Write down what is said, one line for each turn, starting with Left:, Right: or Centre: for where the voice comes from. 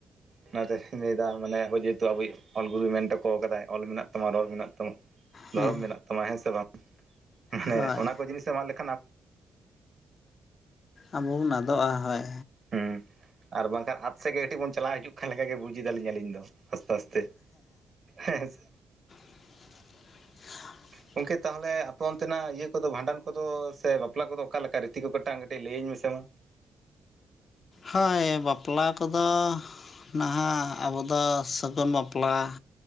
Right: ᱚᱱᱟᱛᱮᱧ ᱞᱟᱹᱭᱮᱫᱟ ᱢᱟᱱᱮ ᱦᱚᱭ ᱡᱮᱦᱮᱛᱩ ᱟᱵᱚᱭᱤᱡ ᱚᱞ ᱜᱩᱨᱩᱭ ᱢᱮᱱ ᱦᱚᱴᱚ ᱟᱠᱟᱫᱟᱭ ᱼᱼ ᱚᱞ ᱢᱮᱱᱟᱜ ᱛᱟᱢᱟ ᱨᱚᱲ ᱢᱮᱱᱟᱜ ᱛᱟᱢᱟ ᱫᱷᱚᱨᱚᱢ
Left: ᱦᱮᱸ
Right: ᱢᱮᱱᱟᱜ ᱛᱟᱢᱟ। ᱦᱮᱸ ᱥᱮ ᱵᱟᱝ? ᱢᱟᱱᱮ
Left: ᱦᱳᱭ
Right: ᱚᱱᱟ ᱠᱚ ᱡᱤᱱᱤᱥ ᱮᱢ ᱟᱫᱞᱮ ᱼᱼ
Left: ᱟᱵᱚᱵᱚᱱ ᱟᱫᱚᱜᱼᱟ ᱦᱳᱭ᱾
Right: ᱦᱸ ᱟᱨ ᱵᱟᱝᱠᱷᱟᱱ ᱟᱛ ᱥᱮᱜ ᱜᱮ ᱠᱟᱹᱴᱤᱡ ᱵᱚᱱ ᱪᱟᱞᱟᱜᱣ ᱦᱤᱡᱩᱜ ᱼᱼ ᱠᱟᱱᱟ ᱚᱠᱟ ᱞᱮᱠᱟᱜᱮ ᱵᱩᱡᱽ ᱮᱟᱞᱤᱧᱟ ᱟᱹᱞᱤᱧ ᱫᱚ ᱟᱥᱛᱮ ᱟᱥᱛᱮ ᱦᱮᱸ ᱥᱮ।
Left: <inaudible>
Right: ᱜᱚᱢᱠᱮ ᱛᱟᱦᱚᱞᱮ ᱟᱯᱮ ᱚᱱᱛᱮᱱᱟᱜ ᱤᱭᱟᱹ ᱠᱚᱫᱚ ᱵᱷᱟᱸᱰᱟᱱ ᱠᱚᱫᱚ ᱥᱮ ᱵᱟᱯᱞᱟ ᱠᱚᱫᱚ ᱚᱠᱟ ᱞᱮᱠᱟ ᱨᱤᱛᱤ ᱠᱚ ᱠᱟᱹᱴᱟᱝ ᱠᱟᱹᱴᱤᱡ ᱞᱟᱹᱭᱟᱹᱧ ᱢᱮᱥᱮ ᱢᱟ।
Left: ᱦᱳᱭ ᱵᱟᱯᱞᱟ ᱠᱚᱫᱚ ᱼᱼ ᱱᱟᱦᱟᱜ ᱟᱵᱚ ᱫᱚ ᱥᱟᱹᱜᱩᱱ ᱵᱟᱯᱞᱟ᱾